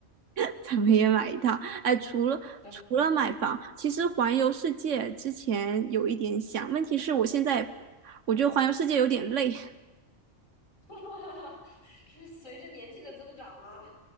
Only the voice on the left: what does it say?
对，
<laughs> 是随着年纪的增长吗？